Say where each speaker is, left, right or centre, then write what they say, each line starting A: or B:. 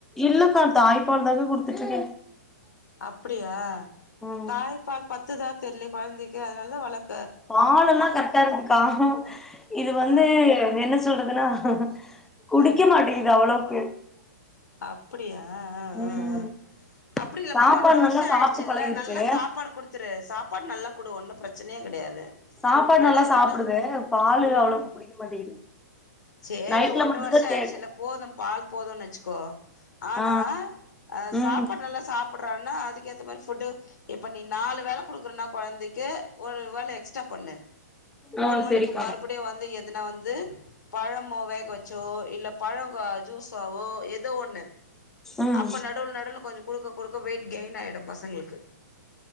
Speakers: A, in the centre; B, on the left.
A: இல்லக்கா தாய்ப்பால்தாக்கா குடுத்துட்ருக்க
B: அப்டியா
A: ம்
B: தாய்ப்பால் பத்துதா தெர்லயே கொழந்தைக்கு அதனால்தா வளக்க
A: பால் எல்லா கர்ட்டா இருக்குக்கா இது வந்து
B: ஆ
A: என்ன சொல்றதுனா குடிக்க
B: ஆ
A: மாட்டேங்குது அவ்ளோக்கு
B: அப்படியா ஆ
A: ம்
B: ஆ ஆ அப்டி இல்லப்பா
A: சாப்பாடு
B: ஒன்ட்ர வர்ஷோ
A: நல்லா
B: ஆயிடுச்சுல்ல
A: சாப்ட்டு பழகிருச்சு
B: நல்லா சாப்பாடு குடுத்துரு சாப்பாட் நல்லா குடு ஒன்னு பிரச் பிரச்சனையே கெடையாது
A: சாப்பாடு
B: நடவுள்
A: நல்லா சாப்டுது
B: நட
A: பாலு
B: ம்
A: அவ்ளோக்கு புடிக்க மாட்டேங்குது
B: சேரி
A: நைட்ல
B: ஒன்ற
A: மட்டுந்தா
B: வருஷ ஆயிடுச்சுல்ல
A: தேடு
B: போது பால் போதுன் வச்சு கோ ஆனா
A: ஆ
B: அ
A: ம்
B: சாப்பாட் நல்லா சாப்புட்றான்னா அதுக்கு ஏத்த மாரி ஃபுட்டு இப்ப நீ நாலு வேல குடுக்றனா கொழந்தைக்கு ஒரு வேல எக்ஸ்ட்டா பண்ணு மூண்
A: ஆ
B: மணிக்கு
A: செரிக்கா
B: மறுபடி வந்து எதுனா வந்து பழமோ வேக வச்சோ இல்ல பழ ஜூஸாவோ எ ஏதோ ஒன்னு
A: ம்
B: அப்ப நடுல நடுல கொஞ்ச குடுக்க குடுக்க வெயிட் கெயின் ஆயிடு பசங்களுக்கு